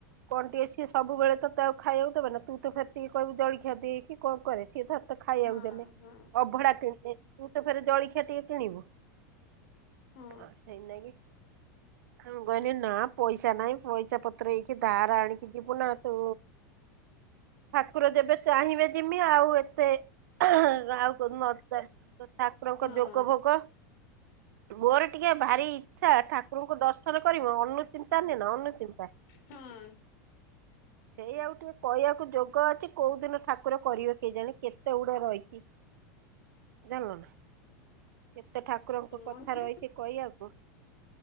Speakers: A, on the right; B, on the left.
A: କଣ ଟିକେ ସିଏ ସବୁବେଳେ ତ ଆଉ ଖାଇବାକୁ ଦେବେ ନା ଫେଟିକି କହିବୁ ଜଳଖିଆ ଦିଏ କି କଣ କରେ ସିଏ ତତେ ଖାଇବାକୁ
B: ହଁ
A: ଦେଲେ
B: ହଁ।
A: ଅଭଡା କିଣିଲେ। ତତେ ଫେରେ ଜଳିଖିଆ ଟିକେ କିଣିବୁ
B: ହଁ
A: ସେଇତି ନାଗି ମୁଁ କହିନି ନା ପଇସା ନାଇଁ ପଇସା ପତ୍ର ଏ କିି ଧାର ଆଣିକି ଯିବୁ ନା ତୁ। ଠାକୁର ଯେବେ ଚାହିଁବେ ଯିମି ଆଉ ଏତେ ଗାଁ କଉଦିନ ନ ଠାକୁରଙ୍କ
B: ହଁ
A: ଜୋଗ ଭୋଗ ମୋର ଟିକେ ଭାରି ଇଛା ଠାକୁରଙ୍କୁ ଦର୍ଶ ସନ କରିବ ଅନୁଚିନ୍ତା ନୁହେଁନା ଅନୁଚିନ୍ତା
B: ହଁ
A: ସେଇ ଆଉ ଟିକେ କହିବାକୁ ଯୋଗ ଅଛି କୋଉ ଦିନ ଠାକୁର କରିବେ କେହି ଜାଣେ କେତେ ଗୁଡେ ରହିଚି।
B: <inaudible>
A: ଯାନଲୁ ନା। କେତେ ଠାକୁରଙ୍କ
B: ହଉ
A: କଥା ରହିଛି କହିଆକୁ।